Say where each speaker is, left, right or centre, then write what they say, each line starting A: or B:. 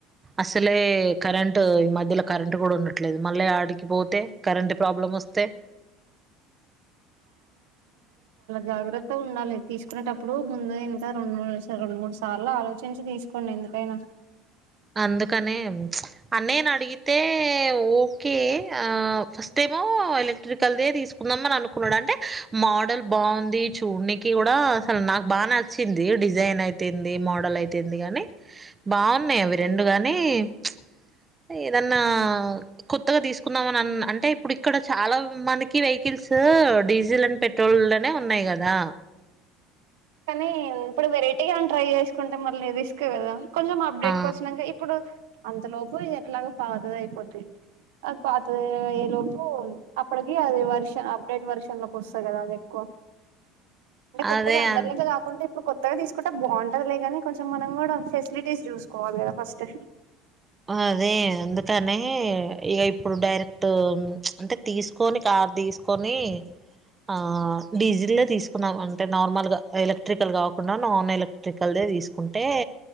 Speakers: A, on the right; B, on the right.
A: అసలే కరెంటు ఈ మధ్య ఇందులో కరెంట్ కూడా ఉండట్లేదు మళ్ళీ ఆడికి పోతే కరెంట్ ప్రాబ్లం వస్తే
B: జాగ్రత్త ఉండాలి తీసుకునేటప్పుడు ముందు ఎనక రెండు రెండుమూడు సార్లు ఆలోచించి తీసుకోండిఎందు కైనా
A: అందుకనే అన్నయ్యనడు అడిగితే ఓకే ఆ ఫస్ట్ ఏమో ఎలక్ట్రికల్దే తీసుకుందామని అను కూన డంటే మోడల్ బాగుంది చూడ్నికి కూడా అసలు నాకు బాగా నచ్చింది, డిజైన్ అయితేంది, మోడల్ అయితేందిగ గని బాగున్నాయి అవి రెండు గాని ప్చ్ ఏదన్నా కొత్తగా తీసుకుందామని అన్ అంటే ఇప్పుడు ఇక్కడ చాలా మందికి వెహికిల్ కిల్స్ డీజిల్ అండ్ పెట్రోల్నే ఉన్నయి కదా
B: కానీ ఇప్పుడు వెరైటీగ అని ట్రై చేసుకుంటే మళ్ళీ రిస్క్ కదా కొంచెం అప్డేట్కి
A: ఆ!
B: వచ్చినంక ఇప్పుడు అంతలోపు ఇది ఎట్లాగో పాతది అయిపోద్ది. అది పాతది అయ్యే లోపు అప్పటికి అది వెర్ష అప్డేట్ వర్షన్ లోకి వస్తది కదా అది ఎక్కువ. అంటే కొత్తగా
A: అదే
B: అందరిలెక్క
A: అన్
B: కాకుంటె ఇప్పుడు కొత్తగా తీసుకుంటే బాగుంటది లేగాని, కొంచెం మనం కూడా ఫెసిలిటీస్ చూసుకోవాలి కదా ఫస్ట్.
A: అదే అందుకనే ఇగ ఇప్పుడు డైరెక్ట్ ప్చ్ అంటే తీసుకొని కా రు తీసుకొని ఆ డీజిల్దే తీసుకున్నాం అంటే నార్మల్ గా ఎలక్ట్రికల్ కాకుండా నాన్ ఎలక్ట్రికల్ దే తీసుకుంటే